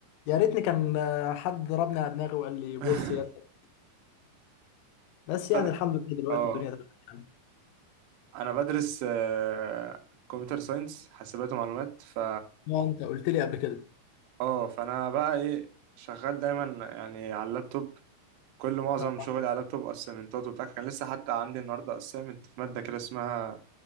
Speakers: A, on the left; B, on the right.
A: يا ريتني كان آه، حد ضربني على دماغي وقال لي بص
B: <laughs>
A: يا ابني. بس
B: فانا
A: يعني الحمد لله دلوقتي
B: اه
A: الدنيا تمام يعني
B: انا بدرس آه، كمبيوتر ساينس حاسبات ومعلومات ف
A: ما انت قلت لي قبل كده
B: اه فانا بقى ايه شغال دايما يعني على اللابتوب كل معظم
A: اه
B: شغلي على اللابتوب اسايمنتات وبتاع كان لسه حتى عندي النهارده اسايمنت في ماده كده اسمها